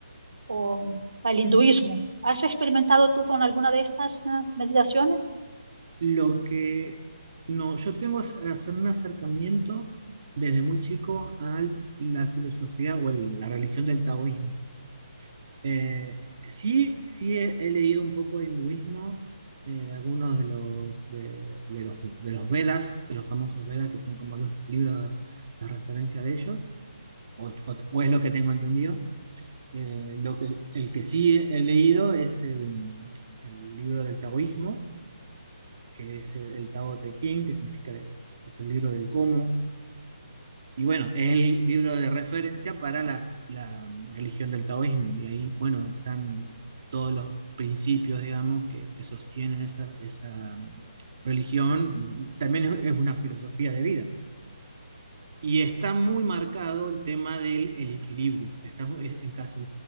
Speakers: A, on the right (about 85°); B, on the right (about 50°).
A: o al hinduismo. ¿Has experimentado tú con alguna de estas eh, meditaciones?
B: Lo que no, yo tengo es hacer un acercamiento desde muy chico a la filosofía o el- la religión del taoísmo. Eh, sí, sí he, he leído un poco de hinduismo, eh, algunos de los, de, de los de los Vedas, de los famosos Vedas, que son como los libros de, de referencia de ellos, o, o- o es lo que tengo entendido. Eh, lo que, el que sí he leído es el, el libro del taoísmo, que es el, el Tao Te Ching, que significa que es el libro del cómo, y bueno, es el libro de referencia para la, la religión del taoísmo. Y ahí, bueno, están todos los principios, digamos, que, que sostienen esa, esa religión. Y También es, es una filosofía de vida. Y está muy marcado el tema del el equilibrio. Está en casi